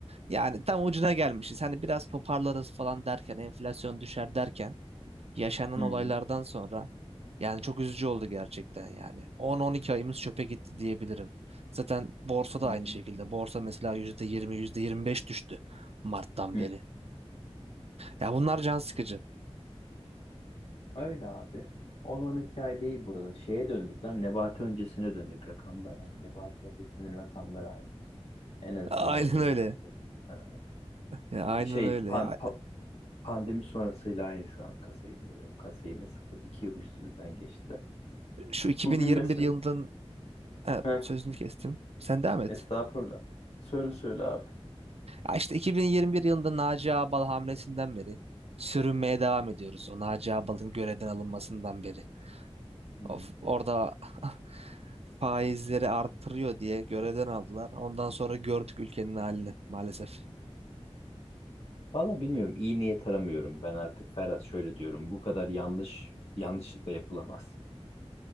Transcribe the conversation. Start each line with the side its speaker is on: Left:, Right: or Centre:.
Right: Yani tam ucuna gelmişiz. Hani biraz toparlarız falan derken, enflasyon düşer derken yaşanan
Left: Hı hı,
Right: olaylardan sonra yani çok üzücü oldu gerçekten yani. 10-12 ayımız çöpe gitti diyebilirim. Zaten borsa da
Left: hı hı,
Right: aynı şekilde. Borsa mesela %20, %25 düştü Mart'tan
Left: hı.
Right: beri. Ya bunlar can sıkıcı.
Left: Öyle abi. on-on iki ay değil burada. Şeye döndük lan. Nebati öncesine döndük rakamlar. Yani Nebati öncesinin rakamları aynı. En azından
Right: <laughs> Aynen
Left: yemin
Right: öyle.
Left: ediyorum. Ha,
Right: Ya aynen
Left: Şey
Right: öyle.
Left: pan-
Right: Ya
Left: pa- pandemi sonrasıyla aynı şu an kasa yemin ediyorum. Kasa yine sıfır. İki yıl üstünden geçtiler.
Right: şu 2021
Left: Bugün mesela
Right: yılından Ha,
Left: heh,
Right: sözünü kestim. Sen devam et.
Left: estağfurullah. Söyle söyle abi.
Right: Ya işte 2021 yılında Naci Ağbal hamlesinden beri sürünmeye devam ediyoruz. O Naci Ağbal'ın görevden alınmasından beri.
Left: Hmm.
Right: Of, orada <laughs> faizleri arttırıyor diye görevden aldılar. Ondan sonra gördük ülkenin halini maalesef.
Left: Valla bilmiyorum. İyi niyet aramıyorum. Ben artık Ferhat şöyle diyorum. Bu kadar yanlış yanlışlıkla yapılamaz.